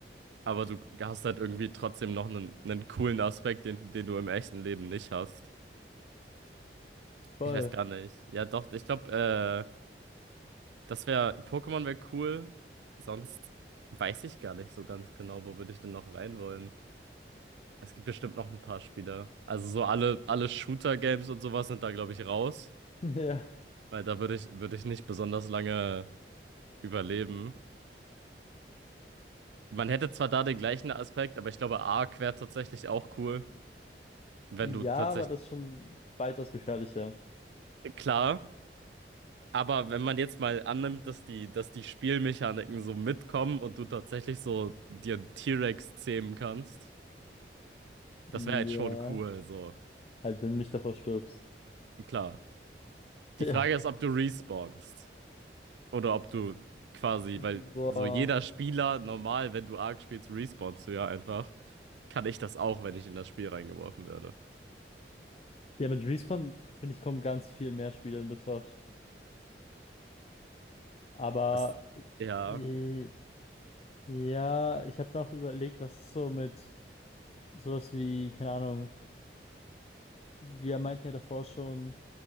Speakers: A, on the right; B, on the left.
A: aber du hast halt irgendwie trotzdem noch einen, einen coolen Aspekt, den, den du im echten Leben nicht hast.
B: voll.
A: Ich weiß gar nicht. Ja, doch, ich glaube, äh, das wäre, Pokémon wäre cool. Sonst weiß ich gar nicht so ganz genau, wo würde ich denn noch rein wollen. Es gibt bestimmt noch ein paar Spieler. Also so alle, alle Shooter-Games und sowas sind da, glaube ich, raus,
B: <laughs> Ja.
A: weil da würde ich, würde ich nicht besonders lange überleben. Man hätte zwar da den gleichen Aspekt, aber ich glaube, Arc wäre tatsächlich auch cool, wenn
B: Ja,
A: du tatsächlich.
B: aber das ist schon weitaus gefährlicher.
A: Klar, aber wenn man jetzt mal annimmt, dass die, dass die Spielmechaniken so mitkommen und du tatsächlich so dir einen T-Rex zähmen kannst, das
B: Ja.
A: wäre halt schon cool, so.
B: Halt, wenn du nicht davor stirbst.
A: Klar.
B: <laughs>
A: Die Frage
B: Ja.
A: ist, ob du respawnst oder ob du quasi, weil
B: Boah.
A: so jeder Spieler normal, wenn du Arc spielst, respawnst du ja einfach. Kann ich das auch, wenn ich in das Spiel reingeworfen werde.
B: Ja, mit Respawn, finde ich, kommen ganz viel mehr Spiele in Betracht. Aber
A: Das, ja.
B: äh, ja, ich habe mir auch überlegt, was so mit sowas wie, keine Ahnung, wir meinten ja davor schon,